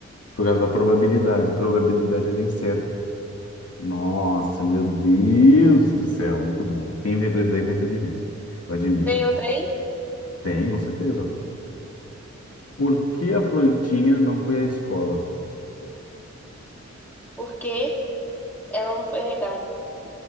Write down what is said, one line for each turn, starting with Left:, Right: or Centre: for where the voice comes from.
Left: Por causa da probabilidade. Probabilidade era inseto. Nossa, meu Deus do céu. Muito bom. Quem inventou isso daí foi inteligente. Eu admito.
Centre: Tem outra aí?
Left: Tem, com certeza. Ó. Por que a plantinha não foi à escola?
Centre: Porque ela não foi regada.